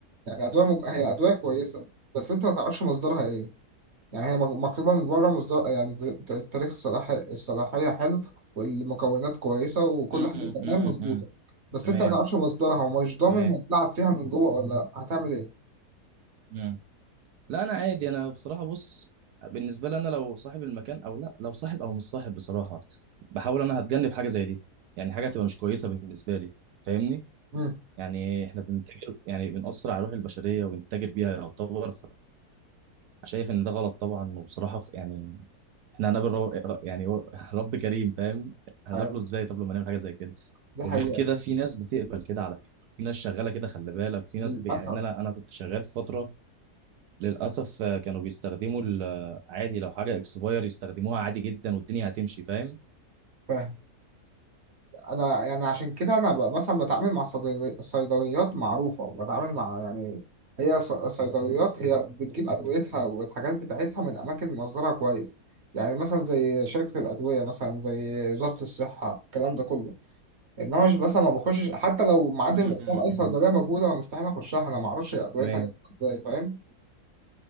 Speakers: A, on the right (about 50°); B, on the right (about 75°).
A: يعني أدوية مج... هي أدوية كويسة بس أنت ما تعرفش مصدرها إيه يعني هي مك- مكتوبة من بره مصدر يعني ت- تاريخ الصلاح... الصلاحية حلو والمكونات كويسة وكل
B: امم
A: حاجة تمام
B: امم
A: مظبوطة
B: امم
A: بس
B: تمام
A: أنت ما تعرفش مصدرها ومش ضامن
B: تمام
A: هتلعب فيها من جوه ولا لأ. هتعمل إيه؟
B: امم لا انا عادي انا بصراحه بص بالنسبه لي انا لو صاحب المكان او لا لو صاحب او مش صاحب بصراحه بحاول انا هتجنب حاجه زي دي يعني حاجه تبقى مش كويسه بالنسبه لي فاهمني
A: امم
B: يعني احنا بنتاجر يعني بنأثر على روح البشريه ونتاجر بيها يعتبر شايف ان ده غلط طبعا وبصراحه ف- يعني احنا هنقابل رب يعني هو- <laughs> رب كريم فاهم هنقابله
A: أيوة.
B: ازاي طب لما نعمل حاجه زي كده
A: دي
B: وغير
A: حقيقة
B: كده في ناس بتقبل كده على فكره في ناس شغاله كده خلي بالك في ناس
A: للأسف
B: ب... يعني انا لا انا كنت شغال في فتره للاسف آه، كانوا بيستخدموا ال- آه، عادي لو حاجه اكسباير يستخدموها عادي جدا والدنيا هتمشي فاهم
A: فاهم انا يعني عشان كده انا ب- مثلا بتعامل مع صيدلي- صيدليات معروفه بتعامل مع يعني هي ص- صيدليات هي بتجيب ادويتها والحاجات بتاعتها من اماكن مصدرها كويس يعني مثلا زي شركه الادويه مثلا زي وزاره الصحه الكلام ده كله انما مش بس ما بخشش حتى لو معدي
B: امم
A: من قدام اي صيدليه موجوده انا مستحيل اخشها انا ما اعرفش ادويتها
B: تمام
A: جايبة ازاي فاهم